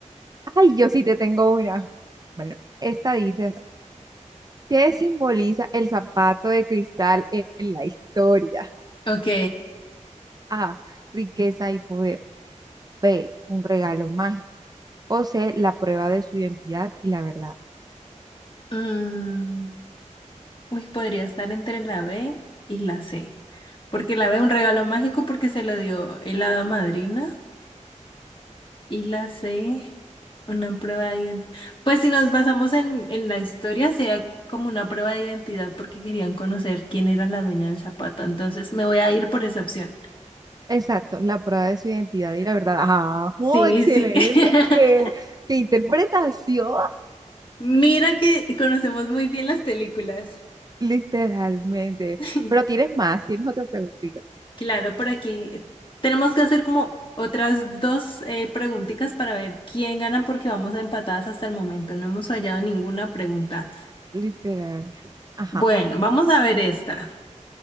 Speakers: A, on the right (about 30°); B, on the left (about 40°).
A: Ay, yo sí te tengo una. Bueno, esta dice así, ¿Qué simboliza el zapato de cristal en la historia?
B: Ok.
A: A, riqueza y poder. B, un regalo mágico. O C, la prueba de su identidad y la verdad.
B: Mm, uy, podría estar entre la B y la C. Porque la B un regalo mágico porque se lo dio el hada madrina. Y la C, una prueba de identidad. Pues si nos basamos en, en la historia, sea como una prueba de identidad porque querían conocer quién era la dueña del zapato. Entonces me voy a ir por esa opción.
A: Exacto, la prueba de su identidad y la verdad. ¡Ajo!
B: Sí,
A: ¡Excelente!
B: sí. <laughs>
A: Eh, ¡Qué interpretación!
B: Mira que conocemos muy bien las películas.
A: Literalmente.
B: <laughs>
A: Pero tienes más, tienes otra preguntita.
B: Claro, por aquí tenemos que hacer como otras dos eh, preguntitas para ver quién gana porque vamos a empatadas hasta el momento. No hemos fallado ninguna pregunta.
A: Literal. Ajá.
B: Bueno, vamos a ver esta.